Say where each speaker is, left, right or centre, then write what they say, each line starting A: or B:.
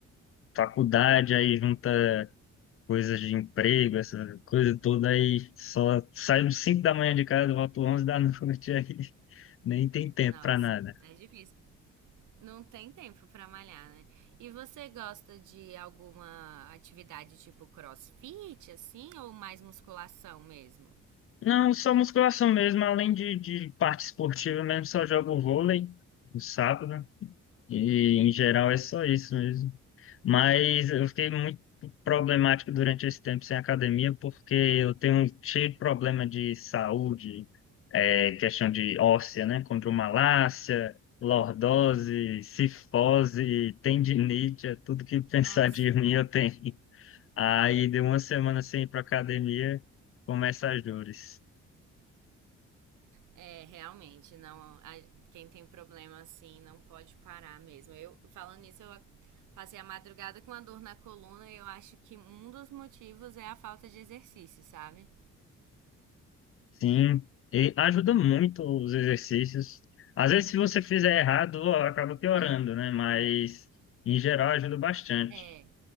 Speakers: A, on the left (about 45°); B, on the right (about 85°).
A: faculdade aí junta coisas de emprego, essa coisa toda aí só saio às 5 da manhã de casa, volto 11 da noite <laughs> aí. Nem tem tempo
B: Nossa,
A: pra nada.
B: é difícil. Não tem tempo pra malhar, né? E você gosta de alguma atividade tipo crossfit, assim, ou mais musculação mesmo?
A: Não, só musculação mesmo, além de, de parte esportiva mesmo, só jogo vôlei no sábado. E em geral é só isso mesmo. Mas eu fiquei muito problemático durante esse tempo sem academia porque eu tenho um cheio de problema de saúde, é, questão de óssea, né? Condromalácia, lordose, cifose, tendinite, é tudo que <laughs> pensar
B: Nossa.
A: de mim eu tenho. Aí deu uma semana sem ir para academia, começa as dores.
B: É, realmente, não. a- quem tem problema assim não pode parar mesmo. Eu, falando nisso, eu a- passei a madrugada com a dor na coluna e eu acho que um dos motivos é a falta de exercício, sabe?
A: Sim, e ajuda muito os exercícios. Às vezes, se você fizer errado, ó, acaba piorando,
B: É,
A: né? Mas, em geral, ajuda bastante.
B: é.